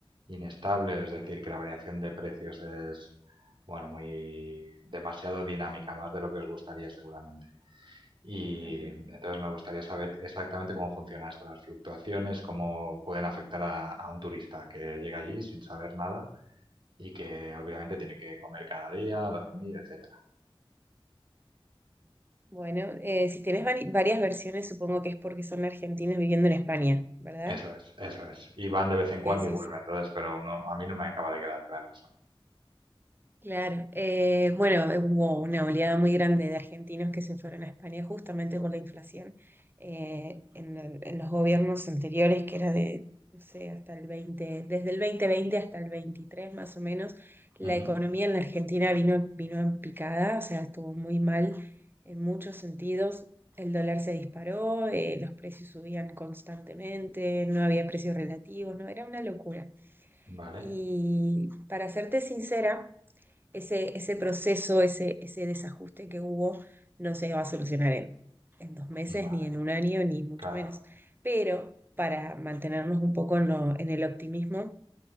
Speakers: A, on the right; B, on the right.
A: inestable, es decir, que la variación de precios es, bueno, muy demasiado dinámica, más de lo que os gustaría seguramente. Y
B: Ujú.
A: entonces me gustaría saber exactamente cómo funciona esto, las fluctuaciones, cómo pueden afectar a, a un turista que llega allí sin saber nada y que obviamente tiene que comer cada día, dormir, etcétera.
B: Bueno, eh, si tenés vari- varias versiones, supongo que es porque son argentinos viviendo en España, ¿verdad?
A: Eso es, eso es. Y van de vez en cuando
B: Sí, sí,
A: y vuelven,
B: sí.
A: entonces, pero no, a mí no me acaba de quedar claro eso.
B: Claro, eh, bueno, eh, hubo una oleada muy grande de argentinos que se fueron a España justamente por la inflación. Eh, en, el- en los gobiernos anteriores, que era de, no sé, hasta el 20, desde el 2020 hasta el 23 más o menos, la
A: Ujú,
B: economía en la Argentina vino, vino en picada, o sea, estuvo muy mal en muchos sentidos. El dólar se disparó, eh, los precios subían constantemente, no había precios relativos, no, era una locura.
A: Vale,
B: Y para serte sincera, ese, ese proceso, ese, ese desajuste que hubo, no se va a solucionar en, en dos meses,
A: vale,
B: ni en un año, ni mucho
A: claro,
B: menos. Pero para mantenernos un poco en, lo- en el optimismo,